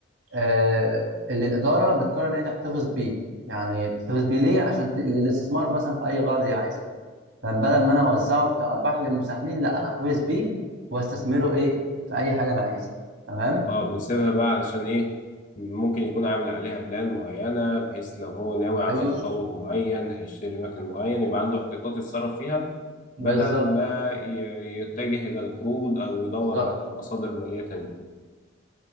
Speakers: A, on the right (about 80°); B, on the left (about 40°).
A: آه اللي الاداره بتقرر ان هي تحتفظ بيه يعني بتحتفظ بيه ليه عشان ت... للاستثمار مثلا في اي غرض هي عايزاه فبدل ما انا اوزعه كارباح للمساهمين لا انا احتفظ بيه واستثمره ايه في اي حاجه انا عايزها تمام
B: اه بيسيبها بقى علشان ايه ممكن يكون عامل عليها بلان معينة بحيث لو هو ناوي على
A: ايوه
B: تطور معين هيشتري مكان معين يبقى عنده احتياطات يتصرف فيها
A: بالظبط
B: بدل ما
A: كده
B: ي- يتجه إلى القروض أو يدور
A: بالظبط
B: على مصادر مالية تانية